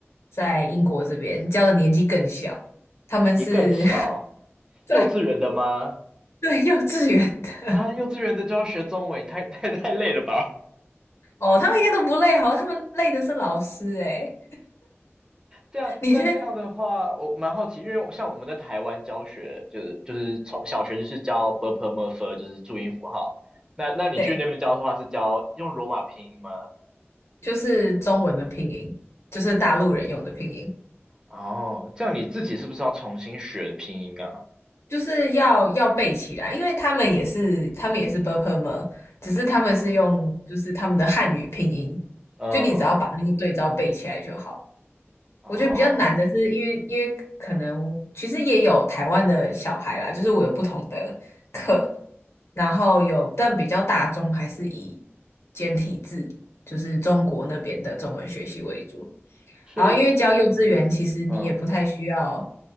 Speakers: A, on the left; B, on the right.
A: 在英国这边教的年纪更小，他们是
B: 也更小，
A: <laughs> 对
B: 幼稚园的吗？
A: 对幼稚园的
B: 啊，幼稚园的就要学中文，太 <laughs> 太太累了吧？
A: 哦，他们应该都不累，好，他们累的是老师诶，
B: 这样，
A: 你觉得
B: 但这样的话，我蛮好奇，因为我像我们在台湾教学，就是就是从小学就是教 b p m e r f，就是注音符号。那那你去那边教的话，
A: 对，
B: 是教用罗马拼音吗？
A: 就是中文的拼音，就是大陆人用的拼音。
B: 哦，这样你自己是不是要重新学拼音啊？
A: 就是要要背起来，因为他们也是他们也是 b u r p l e 只是他们是用就是他们的汉语拼音，
B: 嗯，嗯，
A: 就你只要把那个对照背起来就好。
B: 哦，
A: 我觉得比较难的是，因为因为可能其实也有台湾的小孩啦，就是我有不同的课，然后有但比较大众还是以简体字，就是中国那边的中文学习为主。
B: 所以，
A: 然后因为教幼稚园，
B: 嗯嗯，
A: 其实你也不太需要